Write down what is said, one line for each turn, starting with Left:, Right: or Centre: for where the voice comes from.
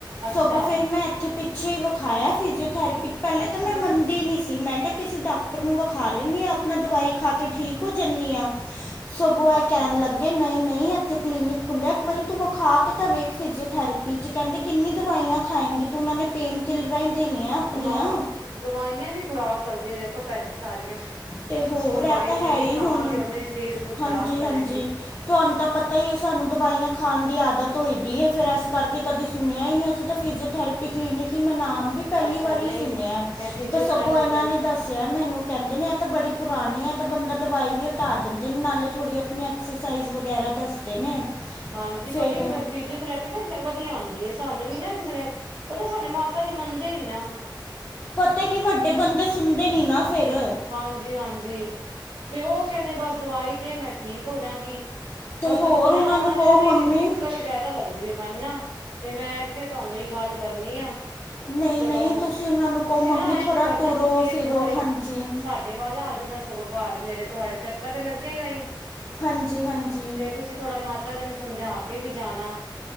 Right: ਅੱਛਾ,
Left: ਸਗੋਂ, ਫਿਰ ਮੈਂ ਇੱਥੇ ਪਿੱਛੇ ਹੀ ਵਿਖਾਇਆ ਫਿਜੀਓਥੈਰੇਪੀ ਪਹਿਲੇ
Right: ਅੱਛਾ,
Left: ਤਾਂ ਮੈਂ ਮੰਨਦੀ ਹੀ ਨਹੀਂ ਸੀ ਮੈਂ ਕਿਹਾ ਕਿਸੇ ਡਾਕ ਟਰ ਨੂੰ ਵਿਖਾ ਲੈਂਦੀ ਹਾਂ ਆਪਣਾ ਦਵਾਈ ਖਾ ਕੇ ਠੀਕ ਹੋ ਜਾਂਦੀ ਹਾਂ, ਸਗੋਂ ਇਹ
Right: ਅੱਛਾ।
Left: ਕਹਿਣ ਲਗੇ ਨਹੀਂ, ਨਹੀਂ ਇੱਥੇ ਕਲੀਨਿਕ ਖੁੱਲਿਆ ਇੱਕ ਵਾਰੀ ਤੂੰ ਵਿਖਾ ਕੇ ਤਾਂ ਵੇਖ ਫਿਜ਼ਓਥੈਰੇਪੀ ਚ ਕਹਿੰਦੇ ਕਿੰਨੀ ਦਵਾਈਆਂ ਖਾਏਗੀ ਤੂੰ ਉਹਨਾਂ ਨੇ ਪੇਨ ਕਿਲਰਾਂ ਹੀ ਦੇਣੀਆਂ ਆਪਣੀਆਂ
Right: ਹਾਂ ਦਵਾਈਆਂ ਵੀ ਖ਼ਰਾਬ ਕਰਦੀਆਂ ਦੇਖੋ, ਭੈਣ ਜੀ ਸਾਰੀਆਂ
Left: ਅਤੇ ਹੋਰ
Right: ਦਵਾਈ
Left: ਇਹ ਤਾਂ ਹੈ
Right: ਜਿੰਨੀ
Left: ਹੀ
Right: ਖਾਵਾਂਗੇ,
Left: ਹੁਣ
Right: ਓਨੇ ਸਰੀਰ ਨੂੰ ਖ਼ਰਾਬ
Left: ਹਾਂਜੀ
Right: ਕਰੇਗੀ
Left: ਹਾਂਜੀ ਤੁਹਾਨੂੰ ਤਾਂ ਪਤਾ ਹੀ ਹੈ ਸਾਨੂੰ ਦਵਾਈਆਂ ਖਾਣ ਦੀ ਆਦਤ ਹੋਏ ਦੀ ਹੈ, ਫੇਰ ਇਸ ਕਰਕੇ ਕਦੇ ਸੁਣਿਆ ਹੀ ਨਹੀਂ ਅਸੀਂ ਤਾਂ ਫਿਜ਼ੀਓਥੈਰੇਪੀ ਕਲੀਨਿਕ ਹੀ ਮਨਾ ਵੀ ਪਹਿਲੀ
Right: ਅੱਛਾ
Left: ਵਾਰੀ
Right: ਨਹੀਂ
Left: ਸੁਣਿਆ
Right: ਮੈਂ ਫਿਜੀਓਥੈਰੇਪੀ
Left: ਤੇ ਸਗੋਂ, ਇਹਨਾਂ
Right: ਤੇ
Left: ਨੇ ਦੱਸਿਆ ਮੈਨੂੰ ਕਹਿੰਦੇ ਨੇ ਤਾਂ ਬੜੀ ਪੁਰਾਣੀ ਹੈ, ਤਾਂ ਬੰਦਾ ਦਵਾਈ ਵੀ ਹਟਾ ਦਿੰਦੇ ਨੇ ਨਾਲੇ ਥੋੜੀ ਆਪਣੀ ਐਕਸਰਸਾਈਜ਼ ਵਗੈਰਾ ਦੱਸਦੇ ਨੇ
Right: ਹਾਂਜੀ
Left: ਫਿਰ
Right: ਬੜੀ ਫਿਜੀਓਥੈਰਪੀ ਨਾ ਵਧੀਆ ਆਉਂਦੀ ਹੈ, ਸਾਨੂੰ ਵੀ ਨਾ ਕਿਸੇ ਨੇ ਪਤਾ ਨਾ ਸਾਡੇ ਮਾਤਾ ਜੀ ਮੰਨਦੇ ਹੀ ਨਈ ਨਾ
Left: ਪਤਾ ਕੀ ਵੱਡੇ ਬੰਦੇ ਸੁਣਦੇ ਨੀ ਨਾ ਫ਼ਿਰ
Right: ਹਾਂਜੀ-ਹਾਂਜੀ ਤੇ ਉਹ ਕਹਿੰਦੇ ਬਸ ਦਵਾਈ ਦੇ ਮੈ ਠੀਕ ਹੋ ਜਾਂਗੀ,
Left: ਤੇ
Right: ਪਰ
Left: ਹੋਰ
Right: ਨਾ ਉਹਨਾਂ
Left: ਨੂੰ
Right: ਦੇ
Left: ਕਹੋ
Right: ਨਹੀਂ
Left: ਮੰਮੀ
Right: ਦਿੱਕਤ ਜਿਆਦਾ ਲੱਗਦੀ ਵੀ ਮੰਨਾ ਤੇ ਮੈਂ ਕਿਹਾ, ਤੁਹਾਨੂੰ ਹੀ ਗੱਲ ਕਰਨੀ ਆ
Left: ਨਹੀਂ,
Right: ਚਲੋ
Left: ਨਹੀਂ ਤੁਸੀਂ ਉਹਨਾਂ ਨੂੰ
Right: ਤੁਸੀਂ
Left: ਕਹੋ, ਮੰਮੀ
Right: ਨਾ ਇੰਝ
Left: ਥੋੜਾ
Right: ਕਰਨਾ
Left: ਟੁਰੋ
Right: ਤੁਸੀਂ ਇੱਕ
Left: ਫਿਰੋ
Right: ਵਾਰੀ
Left: ਹਾਂਜੀ
Right: ਸਾਡੇ ਵੱਲ ਆ ਜਾਣਾ ਸਗੋਂ, ਘਰ ਮੇਰੇ ਤੋਂਹਾਡੇ ਚੱਕਰ ਤੇ ਲੱਗੇਗਾ ਹੀ
Left: ਹਾਂਜੀ-ਹਾਂਜੀ,
Right: ਤੇ ਤੁਸੀਂ ਥੋੜਾ ਮਾਤਾ ਜੀ ਨੂੰ ਸਮਝਾ ਕੇ ਵੀ ਜਾਣਾ